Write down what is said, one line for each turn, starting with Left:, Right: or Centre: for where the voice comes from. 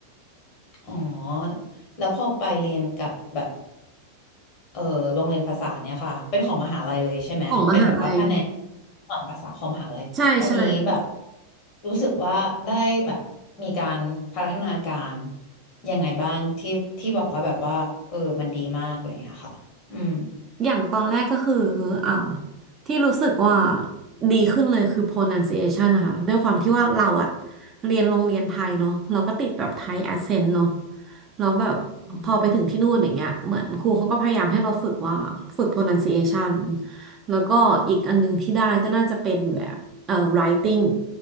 Left: อ๋อ แล้วพอไปเรียนกับแบบเออโรงเรียนภาษาเนี่ยค่ะ เป็นของมหาลัยเลยใช่ไหม
Right: ของมหาลัย
Left: เป็นแบบว่าแผนกสอนภาษาของมหาลัย
Right: ใช่ใช่
Left: อันนี้แบบรู้สึกว่าได้แบบมีการพัฒนาการยังไงบ้างที่ที่บอกว่าแบบว่าเออมันดีมากอะไรอย่างเงี้ยค่ะอืม
Right: อย่างตอนแรกก็คืออ่าที่รู้สึกว่าดีขึ้นเลยคือ pronunciation นะคะ ด้วยความที่ว่าเราอะเรียนโรงเรียนไทยเนาะเราก็ติดแบบไทย accent เนาะแล้วแบบพอไปถึงที่นู่นอย่างเงี้ยเหมือนครูเขาก็พยายามให้เราฝึกว่าฝึก
Left: อืม
Right: pronunciation แล้วก็อีกอันนึงที่ได้ก็น่าจะเป็นแบบเอ่อ writing